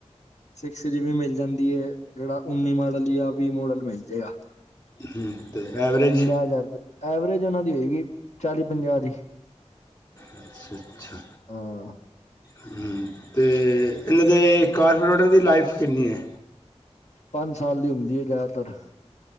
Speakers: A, on the left; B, on the left.
A: ਸਿਕਸ ਜੀ ਵੀ ਮਿਲ ਜਾਂਦੀ ਏ ਜਿਹੜਾ ਉੱਨੀ ਮਾਡਲ, ਯਾ ਵੀਹ ਮੋਡਲ ਮਿਲ ਜੇਗਾ।
B: ਹੂੰ। ਤੇ ਐਵਰੇਜ
A: ਪੰਜਾਹ ਹਜ਼ਾਰ ਰੁਪਏ, ਐਵਰੇਜ ਉਹਨਾਂ ਦੀ ਹੋਏਗੀ, ਚਾਲੀ ਪੰਜਾਹ ਦੀ।
B: ਅੱਛਾ-ਅੱਛਾ,
A: ਹਾਂ
B: ਹੂੰ। ਤੇ ਇਹਨਾਂ ਦੇ ਕਾਰਪੋਰੇਟਰ ਦੀ ਲਾਈਫ ਕਿੰਨੀ ਏ?
A: ਪੰਜ ਸਾਲ ਦੀ ਹੁੰਦੀ ਏ ਜ਼ਿਆਦਾਤਰ।